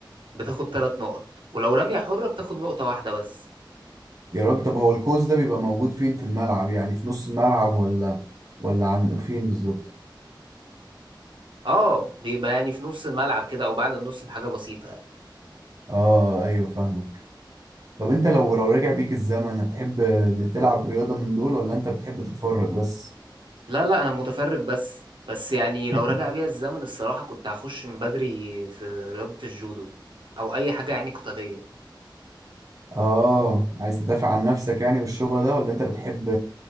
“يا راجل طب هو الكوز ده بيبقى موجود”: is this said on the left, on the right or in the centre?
Right